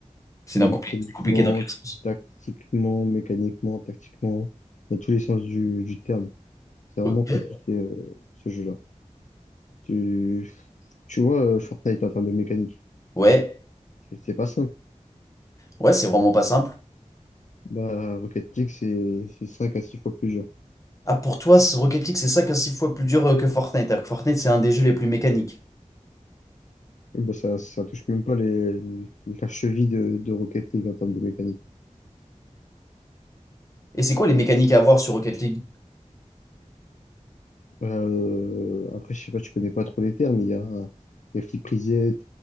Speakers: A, on the left; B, on the left.
A: C'est
B: Mécaniquement,
A: dans compli- c'est compliqué dans quel sens?
B: tactiquement, mécaniquement, tactiquement, dans tous les sens du, du terme. C'est vraiment
A: Ok.
B: compliqué euh, ce jeu-là. Tu, tu vois, euh, Fortnite en termes de mécanique,
A: Ouais,
B: c'est c'est pas simple.
A: ouais, c'est vraiment pas simple.
B: Bah, Rocket League, c'est c'est 5 à 6 fois plus dur.
A: Ah, pour toi, ce Rocket League, c'est 5 à 6 fois plus dur euh, que Fortnite. alors que Fortnite, c'est un des jeux les plus mécaniques.
B: Bah, ça, ça touche même pas les, la cheville de, de Rocket League en termes de mécanique.
A: Et c'est quoi les mécaniques à avoir sur Rocket League?
B: Euh, après, je sais pas, tu connais pas trop les termes, mais il y a les flip reset,